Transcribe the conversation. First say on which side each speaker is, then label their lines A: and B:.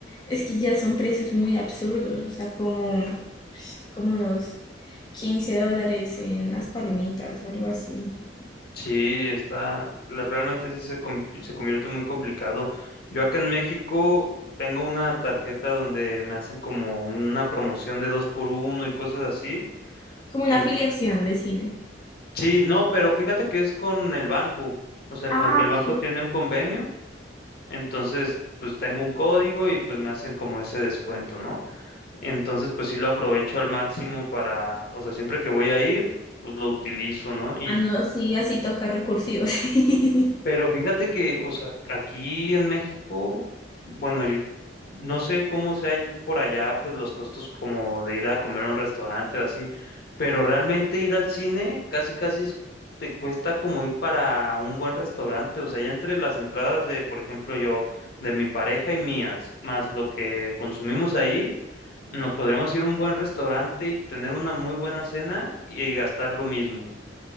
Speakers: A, on the left; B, on the left.
A: Es que ya son precios muy absurdos, o sea, como, como unos 15 dólares en las palomitas o algo así.
B: Sí, está, la- realmente sí se, com- se convierte muy complicado. Yo acá en México tengo una tarjeta donde me hacen como una promoción de dos por uno y cosas así.
A: Como
B: En,
A: una afiliación de cine.
B: sí, no, pero fíjate que es con el banco. O sea, como
A: Ah,
B: que el
A: ok.
B: banco tiene un convenio, entonces pues tengo un código y pues me hacen como ese descuento, ¿no? Entonces pues sí lo aprovecho al máximo para, o sea, siempre que voy a ir, pues lo utilizo, ¿no?
A: Ah, no, sí, así toca recursivos. <laughs>
B: Pero fíjate que, o sea, aquí en México, bueno, yo no sé cómo sea ll- por allá, pues los costos como de ir a comer a un restaurante o así, pero realmente ir al cine casi casi es- te cuesta como ir para un buen restaurante, o sea, ya entre las entradas de, por ejemplo, yo, de mi pareja y mías, más lo que consumimos ahí, nos podríamos ir a un buen restaurante y tener una muy buena cena y gastar lo mismo.